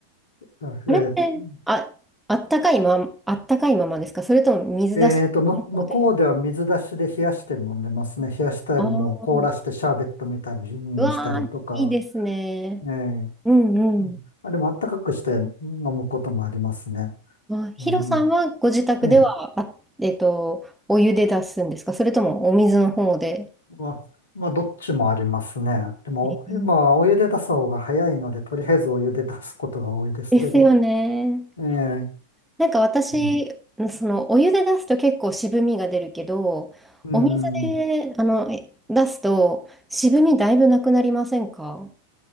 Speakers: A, on the left (about 65°); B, in the centre.
A: ー
B: あれって、あ、あったかいま、あったかいままですかそれとも水出しの方で。
A: えええーと、む、向こうでは水出しで冷やして飲んでますね。冷やしたりも、
B: ああ、
A: 凍らしてシャーベットみたいにしたりとか、
B: うわー、いいですね。
A: ええ、
B: うんうん。
A: うんあ、でもあったかくして飲むこともありますね。
B: まあ、ヒロさんはご自宅では、
A: うん、ええ
B: あ、えっと、お湯で出すんですかそれともお水の方で。
A: まあ、まあ、どっちもありますね。でも、
B: えー
A: 今お湯で出す方が早いので、とりあえずお湯で出すことが多いですけど。
B: ですよね。
A: ええ
B: なんか私、
A: うん。
B: そのお湯で出すと結構渋みが出るけど、
A: うん
B: お水で、あの、え出すと渋みだいぶなくなりませんか